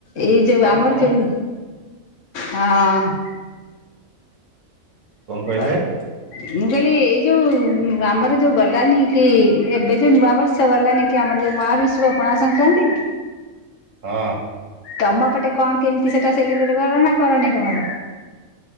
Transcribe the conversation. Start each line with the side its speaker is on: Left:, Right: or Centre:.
Left: ଏଇ ଯୋଉ
Right: ଆଉ
Left: ଆମର
Right: କଣ
Left: ଯାଇନୁ ହଁ।
Right: କଣ କହିଲେ?
Left: ଆ ମୁଁ କଇଲି ଏଇ ଯୋଉ ଆମର ଯୋଉ ଗଲାନି କି, ଏବେ ଯୋଉ ନୂଆବର୍ଷ ବର୍ଷ ଗଲାନି କି, ଆମର ଯୋଉ ମହାବିଷୁବ ପଣା ସଂକ୍ରାନ୍ତି।
Right: ହଁ।
Left: ତମ ପଟେ କଣ କେମିତି ସେଇଟା ସେଲିବ୍ରେଟ୍ କର ନା, କରନେଇ ତମର?